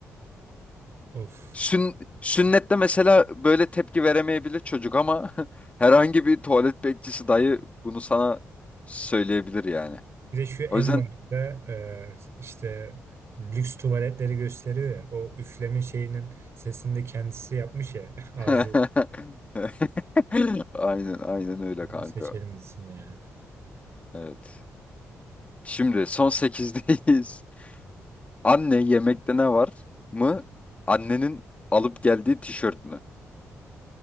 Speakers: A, on the right; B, on the left.
A: Of.
B: Sün, sünnette mesela böyle tepki veremeyebilir çocuk ama <laughs> herhangi bir tuvalet bekçisi dayı bunu sana söyleyebilir yani.
A: Bir de şu en
B: O yüzden
A: başta e, işte lüks tuvaletleri gösteriyor ya. O üfleme şeyinin sesini de kendisi yapmış ya. <laughs> Ağzı
B: <laughs> aynen aynen öyle
A: onu
B: kanka.
A: seçelim gitsin ya.
B: Evet. Şimdi son sekizdeyiz. <laughs> Anne yemekte ne var mı? Annenin alıp geldiği tişört mü?